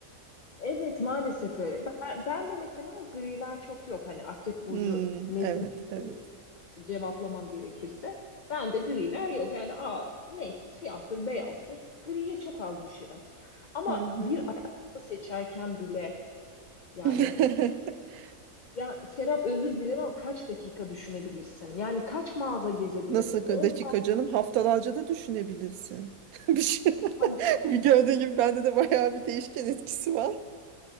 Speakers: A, on the left; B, on the right.
A: Evet maalesef öyle. Ben, ben de mesela griler çok yok. Hani Akrep Burcu
B: Hmm,
A: nezdinde
B: evet, evet.
A: e, cevaplamam gerekirse. Ben de griler yok. Yani aa, neyse siyahtır, beyazdır. Griye çok az düşerim. Ama
B: Hı hı.
A: bir ayakkabı seçerken bile yani
B: <laughs>
A: ya Serap özür dilerim ama kaç dakika düşünebilirsin? Yani kaç mağaza gezebilirsin?
B: Nasıl ko-
A: On,
B: dakika canım? Haftalarca da düşünebilirsin. <laughs> Bir şey.
A: hadi,
B: <laughs> Bir gördüğün gibi bende de bayağı bir değişken etkisi var.